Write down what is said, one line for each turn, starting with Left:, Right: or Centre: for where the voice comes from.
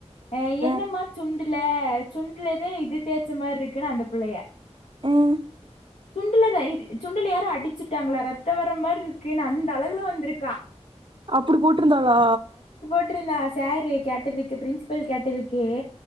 Left: ஆ என்னமா
Right: அ
Left: சுண்டு ல சுண்டலதே இது தேச்ச மாரி இருக்கன்னு, அந்த பிள்ளைய
Right: உம்
Left: சுண்டுல ரு சுண்டுல யாரும் அடிச்சுட்டாங்களா ரத்த வர மாரி இருக்கு. அந்த அழகுல வந்திருக்கா.
Right: அப்புடி போட்டிருந்தாளா.
Left: போட்ரூந்தா சாரு கேட்டதுக்கு பிரின்பல் கேட்டதுக்கு